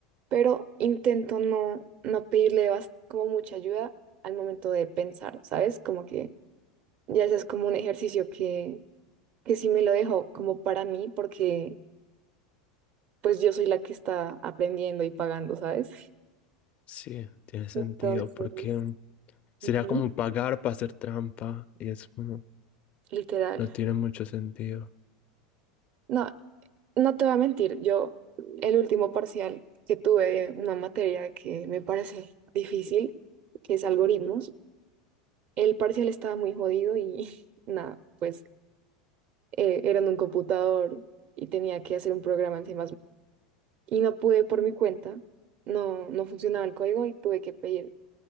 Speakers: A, on the right; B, on the left.
A: pero intento no, no pedirle bas- como mucha ayuda al momento de pensar, ¿sabes? Como que ya ese es como un ejercicio que, que sí me lo dejo como para mí, porque pues yo soy la que está aprendiendo y pagando, ¿sabes?
B: Sí, tiene sentido,
A: Entonces,
B: porque sería
A: ujú,
B: como pagar para hacer trampa y es como,
A: literal.
B: no tiene mucho sentido.
A: No, No te voy a mentir, yo el último parcial que tuve de una materia que me parece difícil, que es algoritmos, el parcial estaba muy jodido y <laughs> nada, pues eh, era en un computador y tenía que hacer un programa en C++ y no pude por mi cuenta, no, no funcionaba el código y tuve que pedir